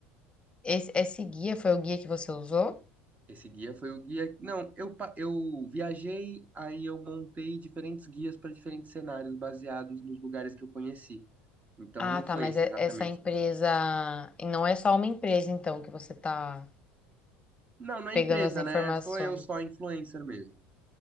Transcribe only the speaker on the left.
esse, esse guia foi o guia que você usou?
Ah,
tá,
mas
é-
essa empresa.
e Não é só uma empresa, então, que você tá
pegando
as informações.